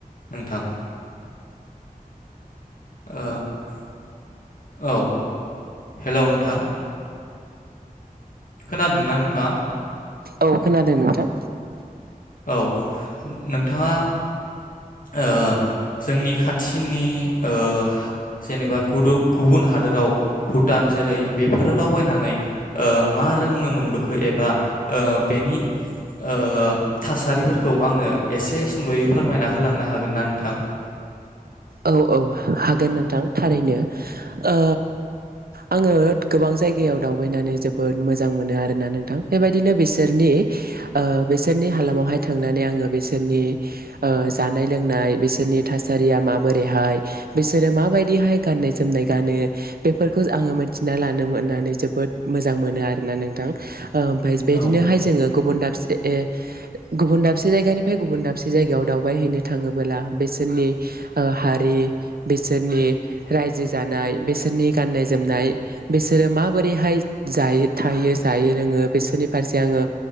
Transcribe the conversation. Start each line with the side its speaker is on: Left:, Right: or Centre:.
Left: नोंथां ओ औ हेलौ नोंथां खोनादोंना नोंथाङा
Right: औ खोनादों नोंथां
Left: औ नोंथाङा ओ जोंनि खाथिनि ओ जेनेबा गुदु गुबुन हादोराव भुटान जेरै बेफोराव दावबायनानै ओ मा रोंनो मोनबोखो एबा ओ बेनि ओ थासारिफोरखौ आंनो एसे सुंद'यै फोरमायना होलांनो हागोन ना नोंथां
Right: औ औ हागोन नोंथां थारैनो ओ आङो गोबां जायगायाव दावबायनानै जोबोद मोजां मोनो आरोना नोंथां बेबायदिनो बिसोरनि बिसोरनि हालामावहाय थांनानै आङो बिसोरनि जानाय लोंनाय बिसोरनि थासारिया माब बोरैहाय बिसोरो माबायदिहाय गाननाय जोमनाय गानो बेफोरखौ आङो मोनथिना लानो मोननानै जोबोद मोजां मोनो आरोना नोंथां ओमफाय बेदिनोहाय
Left: औ
Right: जोङो गुबुन दाबसे गुबुन दाबसे जायगानिफ्राय गुबुन दाबसे जायगायाव दावबाय हैैनो थाङोबोला बिसोरनि ओ हारि बिसोरनि रायजो जानाय बिसोरनि गाननाय जोमनाय बिसोरो माबोरैहाय जायो थायो जायो लोङो बिसोरनि फारसे आङो